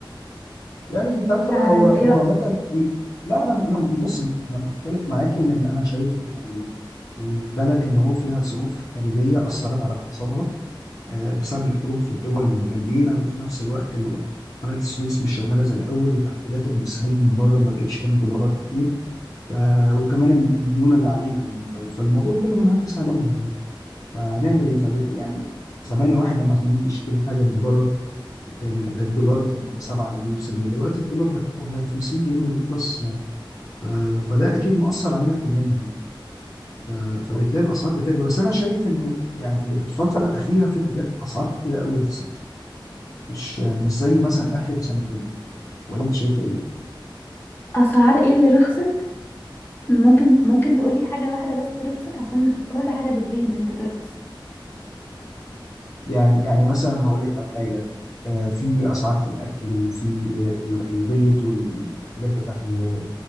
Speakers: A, on the left; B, on the left.
A: يعني انت عارفه
B: فانت
A: بقى هو
B: ايه
A: هو
B: رأيك
A: عامه ال- لا انا انا بص انا مختلف معاكي لان انا شايف ان ال- البلد هنا هو فيها ظروف خارجيه اثرت على اقتصادها آه، بسبب الحروب في الدول اللي جنبينا وفي نفس الوقت ال- قناة السويس مش شغالة زي الأول وتحويلات المصريين من بره ما بقتش كانت دولارات كتير ف... وكمان ال- الديون اللي علينا يعني ف... فالموضوع كله منعكس علينا يعني فهنعمل إيه فبال... يعني زمان الواحد لما كان يجي يشتري حاجة من بره كان الدولار كان ب 7 جنيه وسنة دلوقتي الدولار ده ب 50 جنيه بلس يعني ف... فده أكيد مؤثر علينا كلنا يعني ف... فبتلاقي الأسعار بتغلى بس أنا شايف إن يعني الفترة الأخيرة في حاجات أسعار كتيرة قوي رخصت مش مش زي مثلا اخر سنتين ولا انت شايفه ايه
B: اسعار ايه اللي رخصت ممكن ممكن تقولي حاجه واحده بس رخصت عشان كل حاجه بتزيد مش بترخص
A: يعني يعني مثلا هقول لك على حاجه آه، في اسعار في الاكل وفي آه، ال- البيض والحاجات بتاعت ال-